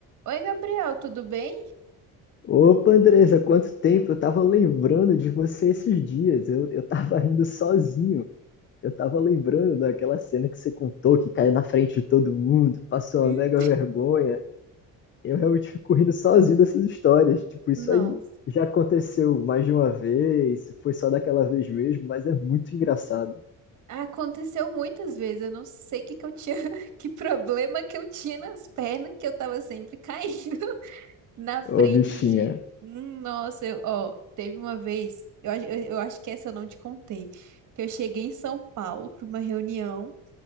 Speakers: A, on the right; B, on the left.
A: Oi, Gabriel, tudo bem?
B: Opa, Andressa, quanto tempo! Eu tava lembrando de você esses dias. Eu, eu tava indo sozinho. Eu tava lembrando daquela cena que você contou, que caiu na frente de todo mundo, passou
A: Hum,
B: uma mega vergonha. Eu realmente fico rindo sozinho dessas histórias. Tipo, isso
A: Nossa,
B: aí já aconteceu mais de uma vez, foi só daquela vez mesmo, mas é muito engraçado.
A: aconteceu muitas vezes. Eu não sei o que que eu tinha, <laughs> que problema que eu tinha nas pernas, que eu tava sempre caindo <laughs> na frente
B: Ô, bichinha.
A: de. Hum, Nossa, eu- ó, teve uma vez, eu, ach- eu, eu acho que essa eu não te contei, que eu cheguei em São Paulo para uma reunião.